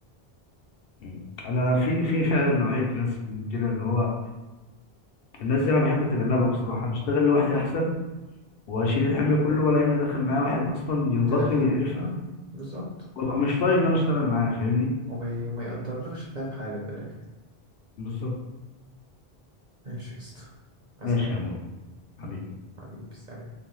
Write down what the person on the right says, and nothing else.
امم
تدخل
اه بالظبط
وما ي- وما يقدرلكش فاهم حاجة في الآخر
ماشي يا اسطى عايز
حاجة
حبيبي سلام